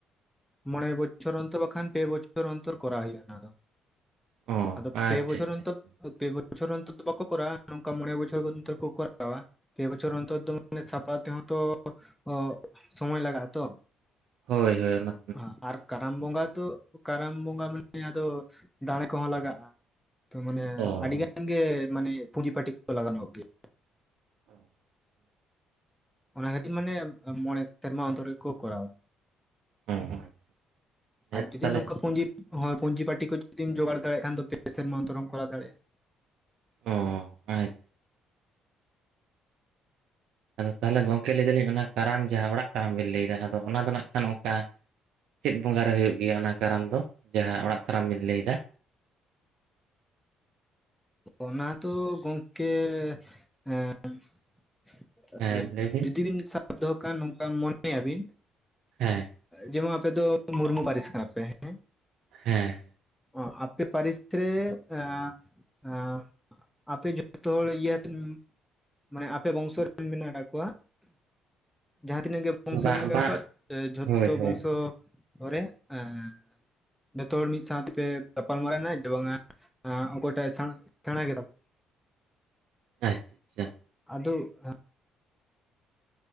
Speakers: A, in the centre; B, on the right.
A: ᱢᱚᱬᱮ ᱵᱚᱪᱷᱚᱨ ᱚᱱᱛᱚᱨ ᱵᱟᱠᱷᱟᱱ ᱯᱮ ᱵᱚᱪᱷᱚᱨ ᱚᱱᱛᱚᱨ ᱠᱚᱨᱟᱣ ᱦᱤᱭᱩᱜ-ᱟ ᱱᱚᱣᱟ ᱫᱚ᱾
B: ᱚ
A: ᱟᱫᱚ
B: ᱟᱪᱪᱷᱟ
A: ᱯᱮ ᱵᱚᱪᱷᱚᱨ
B: ᱟᱪᱪᱷᱟ
A: ᱚᱱᱛᱚᱨ
B: ᱟᱪᱪᱷᱟ.
A: ᱯᱮ ᱵᱚᱪᱷᱚᱨ ᱚᱱᱛᱚᱨ ᱫᱚ ᱵᱟᱠᱚᱼᱼ ᱠᱚ ᱠᱚᱨᱟᱣᱟ ᱱᱚᱝᱠᱟ ᱢᱚᱬᱮ ᱵᱚᱪᱷᱚᱨ ᱱᱛᱚᱨ ᱠᱚ ᱠᱚᱨᱟᱣᱟ᱾ ᱯᱮ ᱵᱚᱪᱷᱚᱨ ᱚᱱᱛᱚᱨ ᱫᱚ ᱢᱟᱱᱮ ᱥᱟᱯᱲᱟᱣ ᱛᱮᱦᱚᱸ ᱛᱚ ᱚ ᱥᱚᱢᱚᱭ ᱞᱟᱜᱟᱜ-ᱟ ᱛᱚ᱾
B: ᱦᱳᱭ ᱦᱳᱭ ᱚᱱᱟᱼᱼ
A: ᱦᱟᱸ ᱟᱨ ᱠᱟᱨᱟᱢ ᱵᱚᱸᱜᱟ ᱫᱚᱼᱼ ᱠᱟᱨᱟᱢ ᱵᱚᱸᱜᱟ ᱢᱟᱱᱮ ᱟᱫᱚ ᱫᱟᱬᱮ ᱠᱚᱦᱚᱸ ᱞᱟᱜᱟᱜ-ᱟ ᱛᱚ ᱢᱟᱱᱮ
B: ᱚ ᱚ
A: ᱟᱹᱰᱤᱜᱟᱱᱼᱼ ᱜᱮ ᱢᱟᱱᱮ ᱯᱷᱩᱞ ᱯᱟᱴᱤ ᱠᱚ ᱞᱟᱜᱟᱱ ᱧᱚᱜ ᱜᱮᱭᱟ᱾
B: <inaudible>
A: ᱚᱱᱟ ᱠᱷᱟᱹᱛᱤᱨ ᱢᱟᱱᱮ ᱢᱚᱸᱬᱮ ᱥᱮᱨᱢᱟ ᱚᱱᱛᱚᱨ ᱜᱮᱠᱚ ᱠᱚᱨᱟᱣᱟ᱾
B: ᱟᱪᱪᱷᱟ ᱦᱮᱸᱛᱚ
A: ᱟᱨ ᱡᱩᱫᱤ
B: ᱛᱟᱦᱚᱞᱮ
A: ᱱᱚᱝᱠᱟ ᱯᱩᱸᱡᱤᱼᱼ ᱦᱳᱭ ᱯᱩᱧᱡᱤ ᱯᱟᱹᱴᱤ ᱠᱚ ᱡᱩᱫᱤᱢ ᱡᱚᱜᱟᱲ ᱫᱟᱲᱮᱭᱟᱜ ᱠᱷᱟᱱ ᱫᱚ ᱯᱮ ᱥᱮᱨᱢᱟ ᱚᱱᱛᱚᱨᱮᱢ ᱠᱚᱨᱟᱣ ᱫᱟᱲᱮᱭᱟᱜ-ᱟ᱾
B: ᱚᱻ ᱟᱡ ᱟᱫᱚ ᱛᱟᱦᱚᱞᱮ ᱜᱚᱢᱠᱮ ᱞᱟᱹᱭ ᱫᱟᱞᱤᱧ ᱚᱱᱟ ᱠᱟᱨᱟᱢ ᱡᱟᱦᱟᱸ ᱚᱲᱟᱜ ᱠᱟᱨᱟᱢ ᱵᱤᱱ ᱞᱟᱹᱭᱫᱟ ᱟᱫᱚ ᱚᱱᱟ ᱫᱚ ᱱᱟᱜ ᱠᱟᱱ ᱚᱠᱟᱼᱼ ᱪᱮᱫ ᱵᱚᱸᱜᱟ ᱨᱮ ᱦᱩᱭᱩᱜ ᱜᱮᱭᱟ ᱚᱱᱟ ᱠᱟᱨᱟᱢ ᱫᱚ, ᱡᱟᱦᱟᱸ ᱚᱲᱟᱜ ᱠᱟᱨᱟᱢ ᱵᱤᱱ ᱞᱟᱹᱭ ᱮᱫᱟ᱾
A: ᱚᱱᱟ ᱫᱚ ᱜᱚᱝᱠᱮ ᱮᱸᱼᱼ
B: ᱦᱮᱸ ᱞᱟᱹᱭ
A: ᱡᱩᱫᱤ ᱵᱤᱱ ᱥᱟᱵ ᱫᱚᱦᱚ ᱠᱟᱱ ᱱᱚᱝᱠᱟ ᱢᱚᱱᱮᱭᱟᱵᱤᱱᱼᱼ
B: ᱦᱮᱸᱼᱼ
A: ᱡᱮᱢᱚᱱ ᱟᱯᱮ ᱫᱚ ᱢᱩᱨᱢᱩ ᱯᱟᱹᱨᱤᱥ ᱠᱟᱱᱟ ᱯᱮ ᱦᱮᱸᱼᱼ
B: ᱦᱮᱸᱼᱼ
A: ᱚ ᱟᱯᱮ ᱯᱟᱹᱨᱤᱥ ᱨᱮ, ᱮᱸ ᱟᱸᱼᱼ ᱟᱯᱮ ᱡᱷᱚᱛᱚ ᱦᱚᱲ ᱤᱭᱟᱹ <inaudible> ᱢᱟᱱᱮ ᱟᱯᱮ ᱵᱚᱝᱥᱚ ᱨᱮᱱ ᱢᱮᱱᱟᱜ ᱠᱟᱜ ᱠᱚᱣᱟ ᱡᱟᱦᱟᱸ ᱛᱤᱱᱟᱹᱜ ᱜᱮᱼᱼ ᱵᱚᱝᱥᱚ
B: ᱵᱟᱝ
A: ᱢᱮᱱᱟᱜ ᱠᱟᱜ
B: ᱵᱟᱝ
A: ᱠᱷᱚᱡ ᱮᱻ ᱡᱷᱚᱛᱚ
B: ᱦᱳᱭ ᱦᱳᱭ
A: ᱵᱚᱝᱥᱚᱼᱼ ᱯᱚᱨᱮ ᱮᱸᱻ ᱡᱷᱚᱛᱚ ᱦᱚᱲ ᱢᱤᱫ ᱥᱟᱸᱣᱛᱮᱼᱼ ᱯᱮ ᱜᱟᱯᱟᱞ ᱢᱟᱨᱟᱭᱮᱱᱟ ᱡᱮ ᱵᱟᱝ ᱢᱟ ᱚᱠᱚᱭᱴᱟᱜ ᱮ ᱥᱮᱸᱬᱟ ᱥᱮᱸᱬᱟ ᱜᱮ ᱛᱟᱯᱮᱼᱼ
B: ᱟᱪᱪᱷᱟ ᱟᱪᱪᱷᱟ᱾
A: ᱟᱫᱳ ᱮᱸᱼᱼ